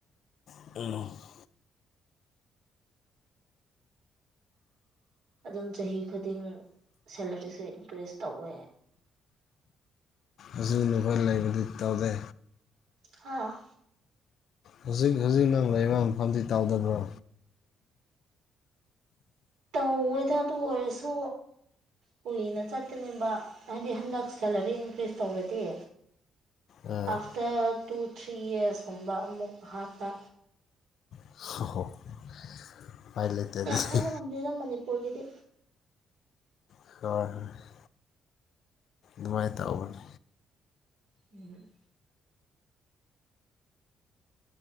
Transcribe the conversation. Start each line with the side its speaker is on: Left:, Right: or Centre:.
Left: <unintelligible>
Right: ꯑꯗꯨꯝ ꯆꯍꯤ ꯈꯨꯗꯤꯡ ꯁꯦꯂꯔꯤꯁꯤ ꯏꯟꯀ꯭ꯔꯤꯖ ꯇꯧꯋꯦ
Left: ꯑꯖꯨꯅꯤ ꯈꯣꯏ ꯂꯩꯕꯗꯤ ꯏꯇꯥꯎꯗꯤ
Right: ꯍꯥꯥ
Left: ꯍꯨꯖꯤꯛ ꯍꯨꯖꯤꯛ ꯅꯪ ꯂꯩꯕ ꯃꯐꯝꯗꯤ ꯇꯥꯎꯗꯕ꯭ꯔꯣ
Right: ꯇꯧꯋꯦꯗ ꯑꯗꯨ ꯑꯣꯏꯔꯁꯨ ꯀꯨꯏꯅ ꯆꯠꯀꯅꯤꯕ ꯍꯥꯏꯗꯤ ꯍꯟꯗꯛ ꯁꯦꯂꯔꯤ ꯏꯟꯀ꯭ꯔꯤꯁ ꯇꯧꯔꯗꯤ
Left: ꯑꯥ
Right: ꯑꯐꯇ꯭ꯔ ꯇꯨ ꯊ꯭ꯔꯤ ꯌꯔꯁꯀꯨꯝꯕ ꯑꯃꯨꯛ ꯍꯥꯠꯄ
Left: <unintelligible> ꯎꯄꯥꯏ ꯂꯩꯇꯦ ꯑꯗꯨꯗꯤ
Right: ꯍꯥꯏꯕ ꯉꯝꯗꯦꯗ ꯃꯅꯤꯄꯨꯔꯒꯤꯗꯤ
Left: <unintelligible> ꯗꯨꯃꯥꯏꯅ ꯇꯧꯕꯅꯤ
Right: ꯎꯝ